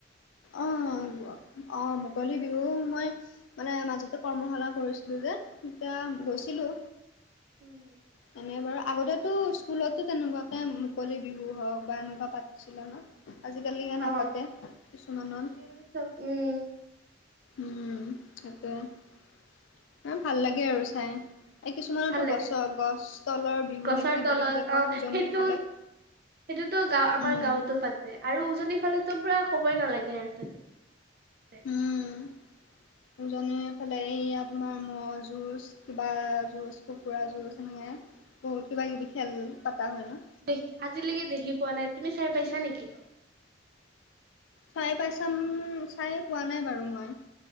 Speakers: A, on the left; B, on the right.
A: অ', অ', মুকলি বিহু মই মানে মাজতে কৰ্মশালা কৰিছিলোঁ যে তেতিয়া
B: অ অ
A: গৈছিলোঁ।
B: উম।
A: তেনে বাৰু আগতেতো স্কুলতো তেনেকুৱাকে মুকলি বিহু হওঁক বা এনেকুৱা পাতিছিলে ন? আজিকালিহে নাপাতে
B: অ
A: কিছুমানত।
B: আজিকালি চব উম।
A: উম, সেইটয়ে। এ ভাল লাগে আৰু চাই। এই কিছুমানতো
B: ভাল লাগে
A: গছৰ গছ তলৰ বিহু
B: গছৰ
A: নে কি
B: তলত
A: বুলি যে কয়
B: অ
A: উজনিৰ
B: সেইটো
A: ফালে।
B: সেইটোতো গাঁও, আমাৰ
A: উম,
B: গাঁওতো পাতে আৰু উজনিৰ ফালেটো পুৰা কবই নালাগে আৰু তাতে। <unintelligible>
A: উম। উজনিৰ ফালে এয়া তোমাৰ ম' যুঁজ, কিবা যুঁজ কুকুৰা
B: উম
A: যুঁজ এনেকৈ বহুত কিবা কিবি খেল পাতা হয় ন?
B: দেখি আজিলৈকে দেখি পোৱা নাই, তুমি চাই পাইছা নেকি?
A: চাই পাইছাম, চাই পোৱা নাই বাৰু মই